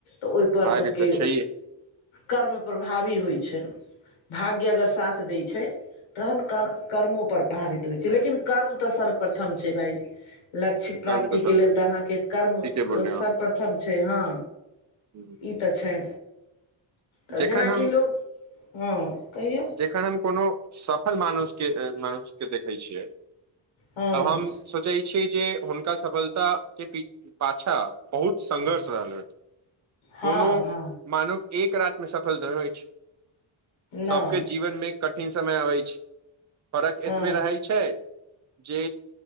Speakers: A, on the left; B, on the right.
A: तऽ ओयपर
B: भाग्य
A: लोकके
B: तऽ छैहे
A: कर्म प्रभावी होइ छै भाग्य अगर साथ दै छै तहन कर् कर्मो पर प्रभावित होइ छै लेकिन कर्म तऽ सर्वप्रथम छै भाइ लक्ष्य प्राप्तिकऽ
B: कर्म सब
A: लेल
B: भेटत
A: तऽ अहाँके कर्म
B: ठीके बोललियै अहाँ
A: सर्वप्रथम छै हँ
B: हम्म।
A: ई तऽ छै तऽ
B: जखन
A: जेनाकि
B: हम
A: लोक हँ कहियौ
B: जखन हम कोनो सफल मानुष्यके अ मनुष्यके देखै छियै
A: हँ
B: तब हम सोचै छी जे हुनका सफलता के पी पाछा बहुत संघर्ष रहल कोनो
A: हँ हँ
B: मानव एक रातमे सफल <unintelligible> हो छैय सबके
A: नहि
B: जीवनमे कठिन समय अबय छैय फरक
A: हँ
B: एतबे रहय छैय जे